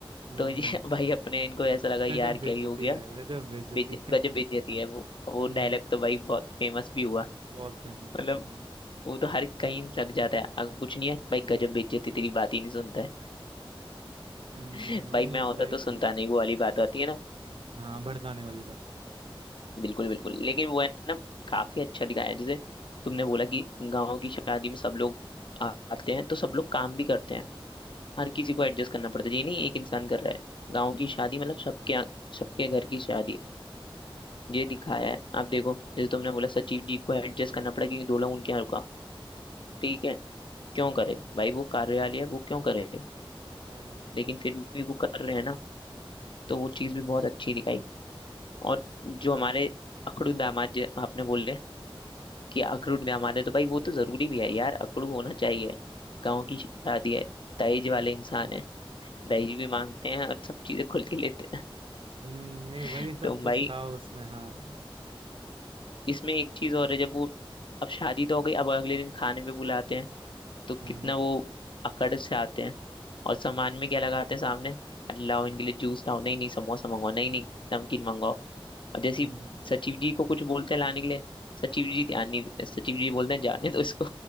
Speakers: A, on the right; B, on the left.
A: हम्म
B: तो ये <laughs> भाई अपने इनको ऐसा लगा यार
A: गजब
B: क्या
A: बेइज्जती
B: ही हो गया
A: है गजब बेइज्जती
B: बेज,
A: है
B: गजब बेइज्जती है वो वो
A: हम्म
B: डायलॉग तो भाई बहुत फेमस भी हुआ
A: बहुत फेमस
B: मतलब
A: हम्म
B: वो तो हर कहीं लग जाता है अगर कुछ नहीं है भाई गजब बेइज्जती तेरी बात ही नहीं सुनता है
A: हम्म,
B: <laughs> भाई
A: नहीं
B: मैं होता
A: सही
B: तो
A: कह
B: सुनता
A: रहा हूँ
B: नहीं वो वाली बात आती है ना
A: हाँ भड़काने वाली बात
B: बिल्कुल बिल्कुल लेकिन वो है ना काफी अच्छा दिखाया है जैसे तुमने बोला कि गाँव की शादी में सब लोग आ- आते हैं तो सब लोग काम भी करते हैं हर किसी को एडजस्ट करना पड़ता है ये नहीं एक इंसान कर रहा है गाँव की शादी मतलब सबके यहाँ- सबके घर की शादी ये दिखाया
A: हम्म
B: है आप देखो जैसे तुमने बोला सचिव जी को एडजस्ट करना पड़ा क्योंकि दो लोग उनके यहाँ रुका ठीक है क्यों करे भाई वो कार्यालय है वो क्यों करे
A: हम्म
B: लेकिन फिर भी वो कर रहे हैं ना तो वो चीज़
A: हम्म
B: भी बहुत अच्छी दिखाई और जो हमारे अखड़ू दामाद जे- आपने बोले कि अखड़ू दामाद है तो भाई वो तो जरूरी भी है यार अखड़ू होना चाहिए गाँव की शादी है दहेज वाले इंसान
A: हम्म,
B: है
A: <laughs>
B: दहेज भी मांगते हैं और सब चीजें खुल के लेते हैं
A: हम्म, नहीं
B: <laughs>
A: वही सब
B: तो
A: कुछ
B: भाई
A: था उसमें हाँ
B: इसमें एक चीज और है जब वो अब शादी तो हो गई अब अगले दिन खाने पे बुलाते हैं तो
A: हम्म
B: कितना वो अकड़ से आते हैं और सामान में क्या लगाते हैं सामने लाओ इनके लिए जूस लाओ नहीं नहीं समोसा मंगाओ नहीं नहीं नमकीन मंगाओ और जैसे
A: हम्म,
B: ही सचिव जी को कुछ बोलते हैं लाने के लिए सचिव जी ध्यान नहीं सचिव जी बोलते हैं जाने तो इसको